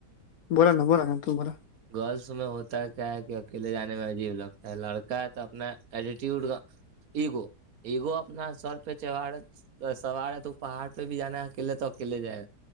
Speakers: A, on the left (about 65°); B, on the right (about 60°).
A: بولا نا بولا نا تو بولا
B: گرلس میں ہوتا ہے کیا ہے کہ اکیلے جانے میں عجیب لگتا ہے لڑکا ہے تو اپنا ایٹیٹیوڈ کا ایگو ایگو اپنا سر پے چڑھا سوار ہے تو پہاڑ پے بھی جانا ہے اکیلے تو اکیلے جائے